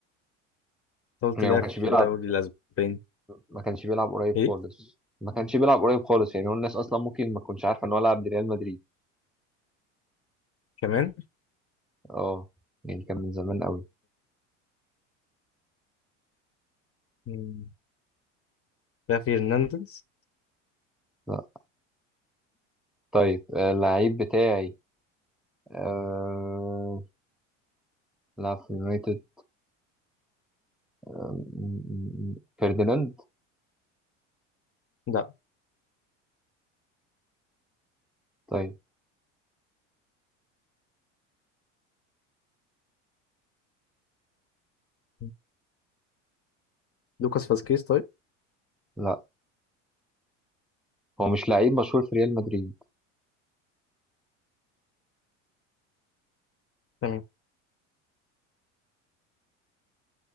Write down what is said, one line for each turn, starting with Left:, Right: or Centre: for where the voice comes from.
Left: قلت
Centre: يعني
Left: لاعب
Centre: ما كانش
Left: في
Centre: بيلعب
Left: الدوري الاسباني
Centre: ما كانش بيلعب قريب
Left: ايه
Centre: خالص ما كانش بيلعب قريب خالص يعني هو الناس اصلا ممكن ما تكونش عارفه ان هو لعب لريال مدريد
Left: كمان
Centre: اه يعني كان من زمان قوي
Left: مين؟ ده فيرنانديز
Centre: لا طيب آه، اللعيب بتاعي آه... لعب في يونايتد آه، م- م- م- فرديناند
Left: لا
Centre: طيب
Left: مم. لوكاس فاسكيز طيب
Centre: لا هو مش لعيب مشهور في ريال مدريد
Left: تمام